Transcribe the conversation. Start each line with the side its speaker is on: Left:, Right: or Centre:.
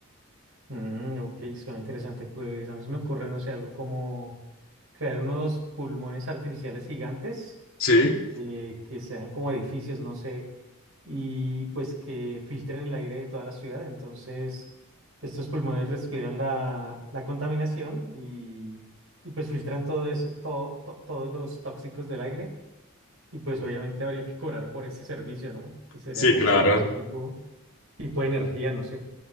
Right: Mm, ok, suena interesante. Pues a mí se me ocurre, no sé, algo como crear unos pulmones artificiales gigantes
Left: Sí,
Right: eh, que sean como edificios, no sé, y pues que filtren el aire de toda la ciudad. Entonces, estos pulmones respiran la, la contaminación y, y pues filtran todo eso, todo, to- todos los tóxicos del aire. Y pues obviamente habría que cobrar por ese servicio, ¿no? Entonces sería
Left: sí,
Right: como
Left: claro.
Right: un servicio tipo, tipo de energía, no sé.